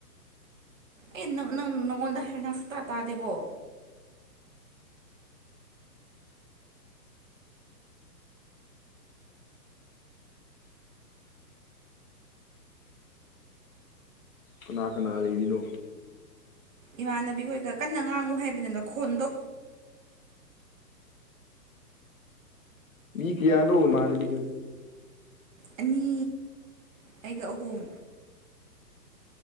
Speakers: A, on the right (about 50°); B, on the left (about 55°).
A: ꯑꯦ ꯅꯪ ꯅꯪ ꯅꯪꯉꯣꯟꯗ ꯍꯥꯏꯔ ꯅꯪ ꯁꯨꯇꯥ ꯇꯥꯗꯦꯀꯣ
B: ꯀꯅꯥ ꯀꯅꯥ ꯂꯩꯔꯤꯅꯣ
A: ꯏꯃꯥꯟꯅꯕꯤ ꯍꯣꯏꯒ ꯀꯟꯅ ꯉꯥꯡꯉꯨ ꯍꯥꯏꯕꯅꯤ ꯑꯅꯣ ꯈꯣꯟꯗꯣ
B: ꯃꯤ ꯀꯌꯥꯅꯣ ꯃꯥꯅꯦꯕꯤꯈ
A: ꯑꯅꯤ ꯑꯩꯒ ꯑꯍꯨꯝ